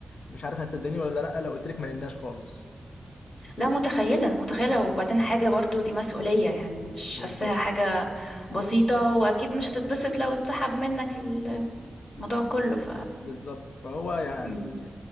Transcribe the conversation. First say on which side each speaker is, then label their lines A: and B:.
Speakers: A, on the left; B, on the left.
A: مش عارف هتصدقني ولا لا لو قلت لك ما نمناش خالص
B: لا متخيلة متخيلة وبعدين حاجة برضو دي مسؤولية يعني مش
A: بالظبط
B: حاساها حاجة بسيطة وأكيد مش هتتبسط لو اتسحب منك الموضوع كله ف
A: بالظبط فهو يعني
B: مم.